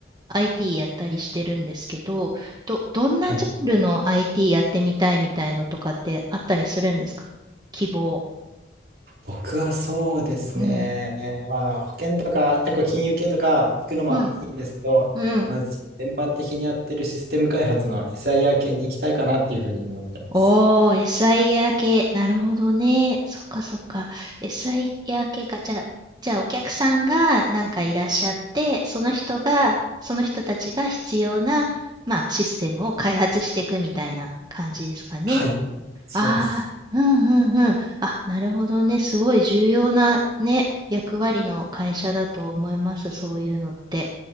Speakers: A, on the right; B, on the right.
A: IT やったりしてるんですけど、ど、どんなジャンルの
B: はい。
A: IT やってみたいみたいのとかってあったりするんですか希望。
B: 僕はそうですね。
A: うん。
B: まあ、保険とか、結構金融系とか行くのもいいんですけど、
A: うん。うん。
B: まず全般的にやってるシステム開発の SIR 系に行きたいかなっていうふうに思ってます。
A: おー、SI ギア系。なるほどね。そっかそっか。SI ギア系か。じゃあ、じゃあお客さんがなんかいらっしゃって、その人が、その人たちが必要な、まあ、システムを開発していくみたいな感じですかね。
B: はい、そうです。
A: ああ、うんうんうん。あ、なるほどね。すごい重要なね、役割の会社だと思います。そういうのって。